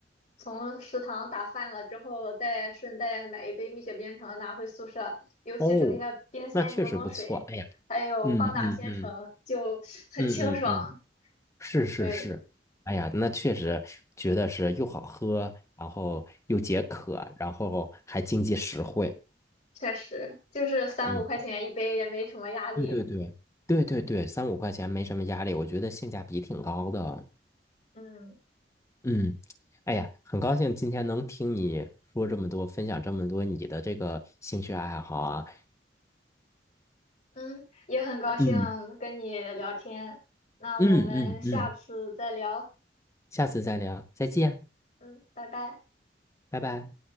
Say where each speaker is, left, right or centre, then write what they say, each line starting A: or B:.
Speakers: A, on the left (about 45°); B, on the left (about 15°).
A: 从食堂打饭了之后，再顺带买一杯蜜雪冰城拿回宿舍，尤其是那个冰鲜柠檬水，
B: 哦，那确实不错。哎呀，
A: 还有棒打鲜橙，
B: 嗯嗯嗯
A: 就 <laughs> 很清爽。
B: 嗯嗯嗯，是是是。
A: 对，
B: 哎呀，那确实觉得是又好喝，然后又解渴，然后还经济实惠。
A: 确实，就是三五块钱一杯，
B: 嗯，
A: 也没什么压力。
B: 对对对对对对，三五块钱没什么压力，我觉得性价比挺高的。
A: 嗯。
B: 嗯，哎呀，很高兴今天能听你说这么多，分享这么多你的这个兴趣爱好啊。
A: 嗯，也很高兴跟你聊天，
B: 嗯
A: 那我们下次再聊。
B: 嗯嗯嗯，下次再聊，再见，
A: 嗯，拜拜。
B: 拜拜。